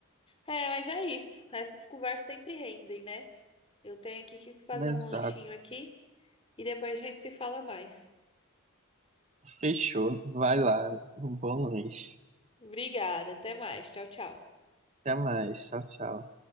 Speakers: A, on the left; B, on the right.
A: É, mas é isso. Essas conversas sempre rendem, né? Eu tenho aqui que fazer
B: Exato.
A: um lanchinho aqui e depois a gente se fala mais.
B: Fechou. Vai lá. Um bom lanche.
A: Obrigada, até mais. Tchau, tchau.
B: Até mais. Tchau, tchau.